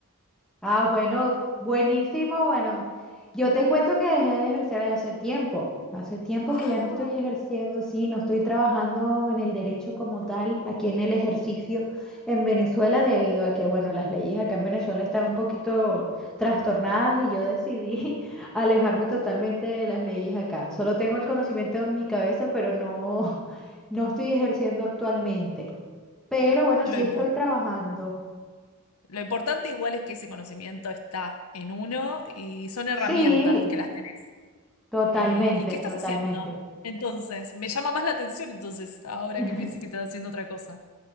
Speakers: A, in the centre; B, on the left.
A: Ah, bueno, buenísimo, bueno. Yo te cuento que dejé de ejercer hace tiempo, hace tiempo
B: Ah,
A: que ya no estoy ejerciendo, sí, no estoy trabajando en el derecho como tal, aquí en el ejercicio en Venezuela, debido a que, bueno, las leyes acá en Venezuela están un poquito trastornadas y yo decidí <laughs> alejarme totalmente de las leyes acá. Solo tengo el conocimiento en mi cabeza, pero no, <laughs> no estoy ejerciendo actualmente. Pero bueno,
B: lo
A: sí
B: importante.
A: estoy trabajando.
B: Lo importante igual es que ese conocimiento está en uno y son herramientas
A: Sí.
B: que las tenés.
A: Totalmente,
B: Eh, ¿y qué estás
A: totalmente.
B: haciendo? Entonces, me llama más la atención entonces, ahora
A: <laughs>
B: que me decís que estás haciendo otra cosa.